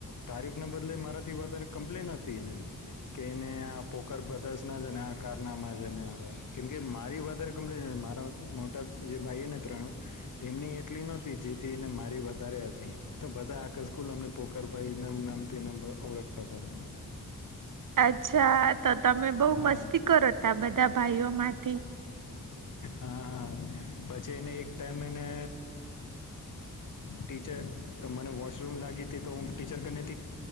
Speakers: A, on the left (about 55°); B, on the right (about 60°).
A: તારીફ ના બદલે મારાથી વધારે કમ્પ્લેન હતી ને કે એને આ પોકારર બધાશ ના છે ને આ કારનામાં છે ને કેમકે મારી વધારે કમ્પ્લેન મારા મોટા જે ભાઈને ત્રણ એમની એટલી નહોતી જીત <inaudible> ને મારી વધારે હતી તો બધા આ સકુલ અમને પોખરભાઈ ના નામથીને ઓળખતા હતા.
B: અચ્છા. તો તમે બહુ
A: હા
B: મસ્તી
A: હા
B: કરો તા બધા ભાઈઓ માંથી
A: હા પછી એને એક ટાઈમ એને ટીચર તો મને વો રૂમ લાગી હતીથી તો હ ટીચર ને